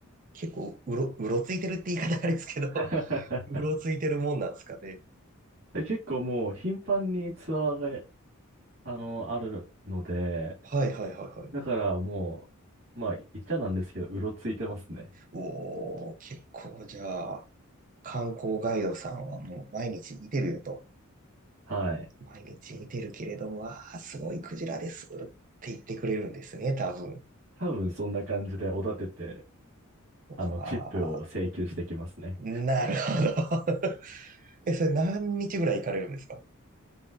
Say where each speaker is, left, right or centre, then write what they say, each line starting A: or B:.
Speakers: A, on the right (about 35°); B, on the right (about 60°).
A: 結構うろ、うろついてるって言い方あれですけど、<laughs>
B: <laughs>
A: うろついてるもんなんですかね。
B: え結構もう頻繁にツアーが、あの、あるので、
A: はいはいはいはい。
B: だからもう、まあ言っちゃなんですけど、うろついてますね。
A: おー、結構じゃあ、観光ガイドさんはもう毎日見てるよと。
B: はい。
A: 毎日見てるけれども、わあ、すごいクジラですって言ってくれるんですね、多分。
B: 多分そんな感じでおだてて、
A: わあ、
B: あの、チップを請求してきますね。
A: なるほど。<laughs> え、それ何日ぐらい行かれるんですか